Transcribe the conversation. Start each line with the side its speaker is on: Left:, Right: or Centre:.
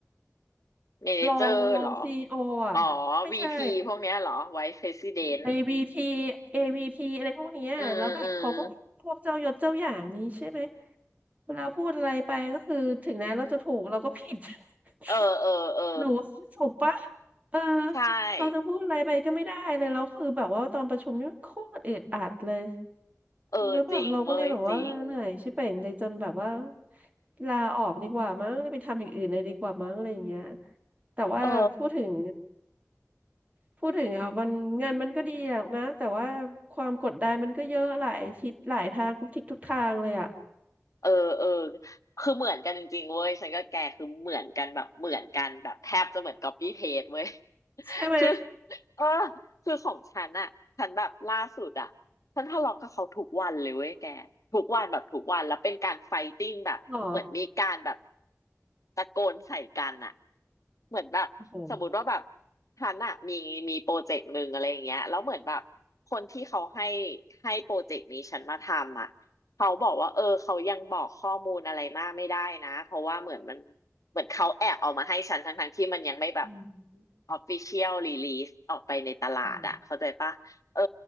Left: เมเนเจอร์เหรอ
Right: รองรองซีโออ่ะไม่ใช่
Left: อ๋อวีพีพวกเนี้ยเหรอไว e ์ r e s i ิเดน t
Right: AVT AVP อวีพีอะไรพวกเนี้ยแล้วแบบเขาก็พวกเจ้ายศเจ้าอย่างนี้ใช่ไหม
Left: อืมอืม
Right: เวลาพูดอะไรไปก็คือถึงแม้เราจะถูกเราก็ผิด <laughs>
Left: เออเออเออ
Right: หนูถูกปะเออ
Left: ใช่
Right: เราจะพูดอะไรไปก็ไม่ได้เลยแล้วคือแบบว่าตอนประชุมนี่โคตรอึดอัดเลย
Left: เออจริงเว้ยจริง
Right: แล้วแบบเราก็เลยแบบว่าเหนื่อยชิบเป่งเลยจนแบบว่าลาออกดีกว่ามั้งเลยไปทำอย่างอื่นเลยดีกว่ามั้งอะไรอย่างเงี้ยแต่ว่าพูดถึง
Left: เออ
Right: พูดถึงอ่ะมันงานมันก็ดีหรอกนะแต่ว่าความกดดันมันก็เยอะหลายทิศหลายทางทุกทิศทุกทางเลยอ่ะ
Left: เออเออคือเหมือนกันจริงๆเว้ยฉันก็แกคือเหมือนกันแบบเหมือนกันแบบแทบจะเหมือน copy paste เว้ย
Right: ใช่ไหม
Left: คือ <laughs> เออคือของฉันอะฉันแบบล่าสุดอะฉันทะเลาะกับเขาทุกวันเลยเว้ยแกทุกวันแบบทุกวันแล้วเป็นการไฟติ้งแบบเหมือนมีการแบบ
Right: หรอ
Left: ตะโกนใส่กันอะเหมือนแบบสมมติว่าแบบ
Right: โอ้โห
Left: ฉันอะมีมีโปรเจกต์หนึ่งอะไรอย่างเงี้ยแล้วเหมือนแบบคนที่เขาให้ให้โปรเจกต์นี้ฉันมาทำอะ เขาบอกว่าเออเขายังบอกข้อมูลอะไรมากไม่ได้นะเพราะว่าเหมือนมันเหมือนเขาแอบเอามาให้ฉันทั้งทั้งที่มันยังไม่แบบ
Right: อืม
Left: official release ออกไปในตลาดอะเข้าใจปะเออ
Right: อืม